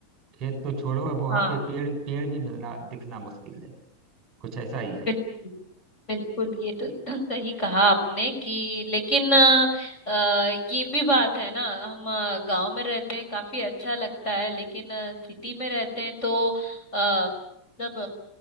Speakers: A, on the right; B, on the left.
A: खेत तो छोड़ो अब वहां
B: हाँ
A: पे पेड़ पेड़ भी मिलना दिखना मुश्किल है कुछ ऐसा ही है
B: बिल्कुल बिल्कुल ये तो <clears throat> सही कहा आपने कि लेकिन अ, अ, ये भी बात है ना हम गांव में रहते हैं काफी अच्छा लगता है लेकिन सिटी में रहते हैं तो अ, मतलब